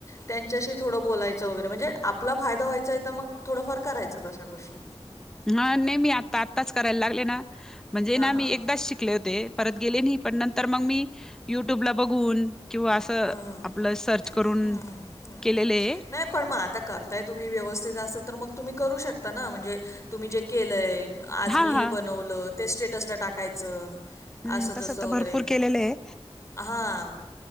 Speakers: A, on the left; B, in the centre.
A: त्यांच्याशी थोडं बोलायचं वगैरे म्हणजे आपला फायदा व्हायचा आहे तर मग थोडंफार करायच्याच अशा गोष्टी.
B: हा नाही मी आता आत्ताच करायला लागले ना, म्हणजे
A: हां,
B: ना
A: हां.
B: मी एकदाच शिकले होते परत गेले नाही पण नंतर मग मी युट्यूबला बघून किंवा असं
A: हां, हां.
B: आपलं सर्च करून
A: हं, हं, हं.
B: केलेले आहे.
A: नाही, पण मग आता कर ताय तुम्ही व्यवस्थित अस तर मग तुम्ही करू शकता ना म्हणजे तुम्ही जे केलंय आज
B: हा
A: मी हे
B: हा
A: बनवलं ते स्टेटसला टाकायचं.
B: हम्म
A: असं तस वगैरे,
B: तर भरपूर केलेलं आहे
A: हा.